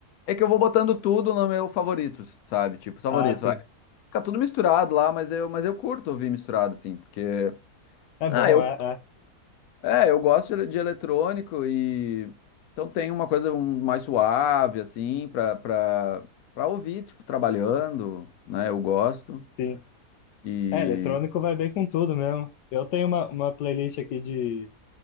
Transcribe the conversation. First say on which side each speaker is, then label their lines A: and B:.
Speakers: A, on the left; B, on the left.
A: É que eu vou botando tudo no meu favoritos, sabe? Tipo, favoritos.
B: Ah, sim.
A: Aí Fica tudo misturado lá, mas eu, mas eu curto ouvir misturado, assim, porque.
B: É
A: Ah,
B: bom,
A: eu.
B: é, é,
A: É, eu gosto de, ele- de eletrônico e então tem uma coisa um- mais suave assim para para para ouvir, tipo, trabalhando, né? Eu gosto.
B: sim.
A: E
B: É, eletrônico vai bem com tudo mesmo. Eu tenho uma, uma playlist aqui de